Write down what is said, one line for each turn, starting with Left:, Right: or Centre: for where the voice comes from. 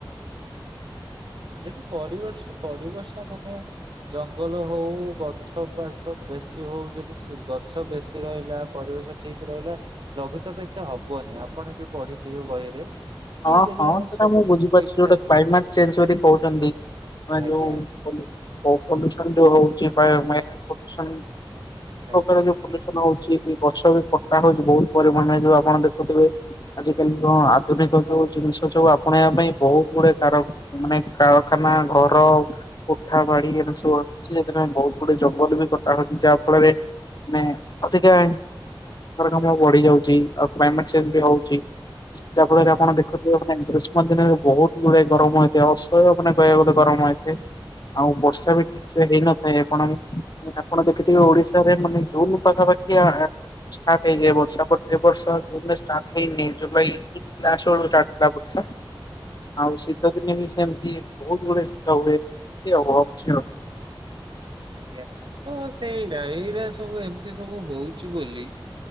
Right: <inaudible> ଯଦି ପରିବେଶ୍ ପରିବେଶ ମାନେ ଜଙ୍ଗଲ ହଉ ଗଛ ବାସ ବେଶୀ ହଉ ଯଦି ସେ ଗଛ ବେଶୀ ରହିଲା। ପରିବେଶ ଠିକ ରହିଲା। ଲଘୁଚାପ ଏତେ ହବନି। ଏ ଆପଣ ବି ପଢିଥିବେ ବହିରେ? କି
Left: ହଁ,
Right: ଯଦି
Left: ହଁ
Right: ଆମର
Left: ସେଟା
Right: ସବୁ
Left: ମୁଁ ବୁଝିପାରଛି
Right: କିଛି ଠିକ
Left: ଯୋଉଟା
Right: ଠାକ
Left: କ୍ଲାଇମେଟ୍ ଚେଞ୍ଜ କରି କହୁଚନ୍ତି ମାନେ
Right: ଆଜ୍ଞା
Left: ଯୋଉ <unintelligible> ଯୋଉ ହଉଚି ପାୟ ମାୟା ପଲୁସନ
Right: ଆଜ୍ଞା
Left: ଉପରେ ଯୋଉ ପଲୁସନ ହଉଛି କି ବର୍ଷା ବି କଟା ହଉଛି ବହୁତ ପରିମାଣରେ ଯୋଉ ଆପଣ ଦେଖୁଥିବେ ଆଜିକାଲି ଯୋ ଆଧୁନି ତ ଯୋଉ ଜିନିଷ ସବୁ ଆପଣେଇବା ପାଇଁ ବହୁତ ଗୁଡେ କାର ଏ ମାନେ କାରଖାନା, ଘର ଓ କୋଠ ବାଡି ଏମିତି ସବୁ ଅଛି ସେଥିପାଇଁ ବହୁତ ଗୁଡିଏ ଜଙ୍ଗଲ ବି କଟା ହଉଛି। ଯାହା ଫଳରେ ମାନେ <unintelligible> ଘର କାମ ବଢି ଯାଉଚି। ଆଉ କ୍ଲାଇମେଟ୍ ଚେଞ୍ଜ ବି ହଉଛି। ଯାହା ଫଳରେ
Right: ଆଜ୍ଞା
Left: ଆପଣ ଦେଖୁିଥିବେ ମାନେ ଦୃଶ ମାନେ ଦିନରେ ବହୁତ ଗୁଡେ ଗରମ ହେଇଥାଏ। ଅସହ୍ୟ ମାନେ କହିବାକୁ ଗଲେ ଗରମ ହୋଇଥାଏ। ଆଉ ବର୍ଷା
Right: ଆଜ୍ଞା
Left: ବି ଠିକ ସେ ହେଇନଥାଏ। ଏ କଣ କି ଆପଣ ଦେଖିଥିବେ ଓଡିଶାରେ ମାନେ ଜୁନୁ ପାଖାପାଖିଆ ଏ ଷ୍ଟାର୍ଟ ହେଇଯାଏ ବର୍ଷା ବଟ୍ ଏ ବର୍ଷ ଜୁନ୍ ରେ ଷ୍ଟାର୍ଟ ହେଇନି। ଜୁଲାଇ ଜୁଲ ଲାଷ୍ଟ ବେଳକୁ ଷ୍ଟାର୍ଟ ହେଲା ବର୍ଷା। ଆଉ ଶୀତ ଦିନେ ବି ସେମ୍ ଇଏ ବହୁତ ଗୁଡେ ଶୀତ ହୁଏ ଏ ଅଛି ଆଉ।
Right: ଆଜ୍ଞା ତ ସେଇଟା ଏଇଟା ସବୁ ଏମିତି ସବୁ ହଉଛି ବୋଲି